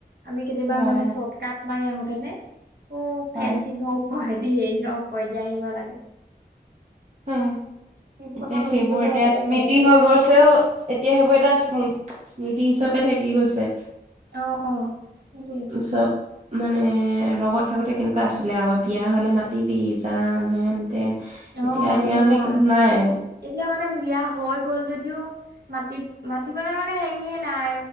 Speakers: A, on the right; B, on the right.
A: আমি কেতিয়াবা
B: হয়
A: মানে
B: হয়
A: চৰ্ট কাট মাৰি আহোতেনে, ঔ
B: হয়।
A: ফেঞ্চিং হওক <unintelligible> হেৰি অ ওপৰেদি আহিব লাগে।
B: হুম
A: সেইবোৰ
B: এতিয়া
A: কথা মনত
B: সেইবোৰ
A: পৰিলে
B: এতিয়া
A: সঁচাকে
B: স্মৃতি
A: ভাল লাগিলে।
B: হৈ গৈছ তেও এতিয়া সেইবোৰ এটা স্মৃ স্মৃতি হিচাপে থাকি গৈছে।
A: অ সেইটোৱে।
B: হিচাপ মানে লগত থাকোতে কেনেকুৱা আছিলে আৰু বিয়া হলে মাতিবি যাম হেন - তেন এতিয়া
A: অ',
B: এতিয়া
A: এনেকুৱা
B: মানে সিত নাই আৰু।
A: এতিয়া মানে বিয়া হৈ গ'ল যদিও মাতি মাতিবলে মানে হেৰিয়ে নাই,